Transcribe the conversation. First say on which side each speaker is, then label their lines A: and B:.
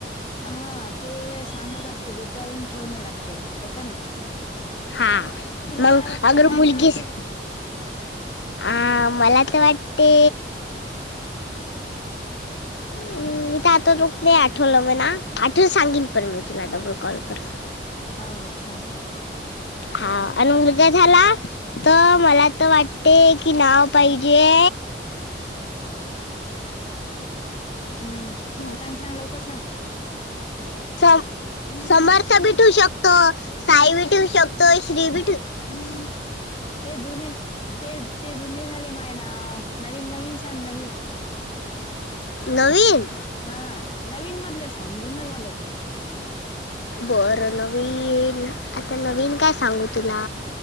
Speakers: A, on the left; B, on the left.
A: हा ते सांगत असते त्याच्यावरून ठेवणं लागते मग हे का नाही?
B: हा
A: तुला
B: मग
A: काय वाटते
B: अगर
A: काय
B: मुलगीच
A: ठेवायचं?
B: अ मला तर वाटते. हम्म... मी तर आता रोक नाही आठवलं म्हणा आठवुन सांगिन पण मी तुला डबल कॉल करून.
A: हाव हो सांग.
B: हा आणि मुलगा झाला तर मला त वाटते की नाव पाहिजे
A: हम्म
B: ह
A: सांग सांग लवकर सांग
B: सोम समर्थ बी ठेवू शकतो, साई बी ठेव शकतो, श्री बी ठेव
A: ते जुने ते-ते जुने झाले माय नाव नवीन-नवीन सग नवीन.
B: नवीन.
A: हा नवीन मधलं सांग जुना झालं ते.
B: बरं नवीन आता नवीन काय सांगू तुला?